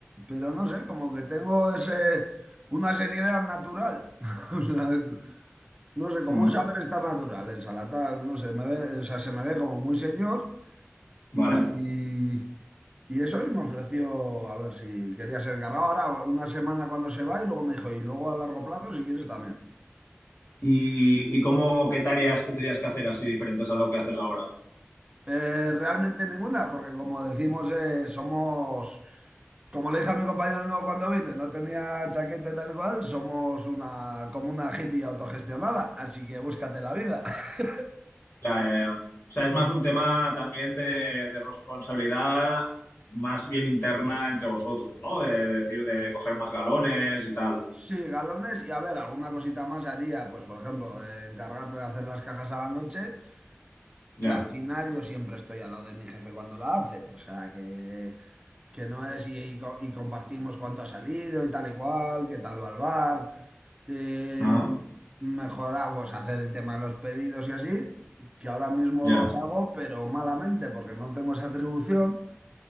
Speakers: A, on the right; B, on the left.
A: Pero no sé, como que tengo ese, una seriedad natural. <laughs> O sea, no sé, como
B: ujú,
A: un saber estar natural. En Salata, no sé, me ve, o sea, se me ve como muy señor
B: Vale.
A: y, y, y eso y me ofreció a ver si quería ser encargado. Ahora, una semana cuando se va y luego me dijo, y luego a largo plazo si quieres también.
B: ¿Y, y cómo, qué tareas tendrías que hacer así diferentes a lo que haces ahora?
A: Eh, realmente ninguna, porque como decimos, eh, somos, como le dije a mi compañero nuevo cuando vino, no tenía chaqueta y tal y cual, somos una, como una hippie autogestionada, así que búscate la vida. <laughs>
B: Ya, ya, ya. O sea, es más un tema también de, de responsabilidad más bien interna entre vosotros, ¿no? De, decir, de coger más galones y tal.
A: Sí, galones y a ver, alguna cosita más haría, pues por ejemplo, eh, encargarme de hacer las cajas a la noche,
B: Ya,
A: que al final yo siempre estoy al lado de mi jefe cuando la hace, o sea que que no es y, y co- y compartimos cuánto ha salido y tal y cual, qué tal va el bar, el
B: ajá,
A: mejorar, pues hacer el tema de los pedidos y así, que ahora mismo
B: ya,
A: los hago, pero malamente porque no tengo esa atribución.